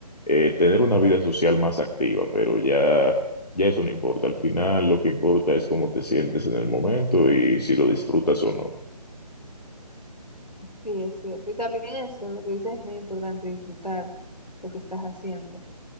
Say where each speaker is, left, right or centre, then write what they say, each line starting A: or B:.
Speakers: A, on the left (about 70°); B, on the left (about 85°).
A: eh, tener una vida social más activa, pero ya... Ya eso no importa, al final lo que importa es cómo te sientes en el momento y si lo disfrutas o no.
B: Sí, es cierto. Y también eso, lo que dices es muy importante, disfrutar lo que estás haciendo.